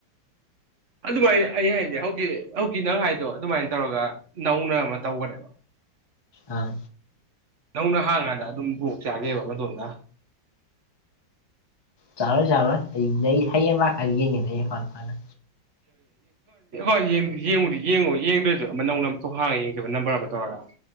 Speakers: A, on the right; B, on the left.
A: ꯑꯗꯨꯃꯥꯏꯅ ꯑꯩ ꯍꯥꯏꯗꯤ ꯍꯧꯖꯤꯛ ꯍꯧꯀꯤ ꯅꯪ ꯍꯥꯏꯗꯣ ꯑꯗꯨꯃꯥꯏꯅ ꯇꯧꯔꯒ ꯅꯧꯅ ꯑꯃ ꯇꯧꯈꯅꯦꯕ
B: ꯑꯥ
A: ꯅꯧꯅ ꯍꯥꯡꯀꯥꯟꯗ ꯑꯗꯨꯝ ꯕꯣꯛ ꯆꯥꯅꯤꯕ ꯃꯗꯣꯝꯗ
B: ꯆꯥꯔꯣꯏ ꯆꯥꯔꯣꯏ ꯑꯩ ꯍꯌꯦꯡ ꯂꯥꯛꯀꯅꯤ ꯌꯦꯡꯉꯤ ꯑꯩ ꯑꯦꯀꯥꯎꯟ ꯃꯈꯥꯗ
A: ꯑꯦ ꯌꯦꯡꯉꯨꯗꯤ ꯌꯦꯡꯉꯨ ꯌꯦꯡꯗ꯭ꯔꯁꯨ ꯑꯃ ꯅꯧꯅ ꯑꯃꯝꯇꯣ ꯍꯥꯡꯉ ꯌꯦꯡꯖꯦꯕ ꯅꯝꯕꯔ ꯑꯃ ꯇꯧꯔꯒ <inaudible>